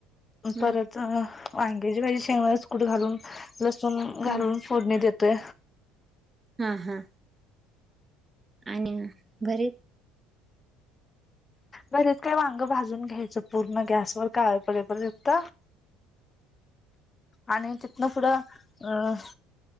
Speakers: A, on the right; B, on the left.
A: हा
B: परत अ वांग्याची भाजी <unintelligible> कूट घालून, लसूण घालून
A: हा
B: फोडणी देत ते
A: हा हा आणि घरी
B: भरीत काय वांग भाजून घ्यायचं पूर्ण गॅसवर काळ पडे पर्यंत. आणि तिथनं पुढं अ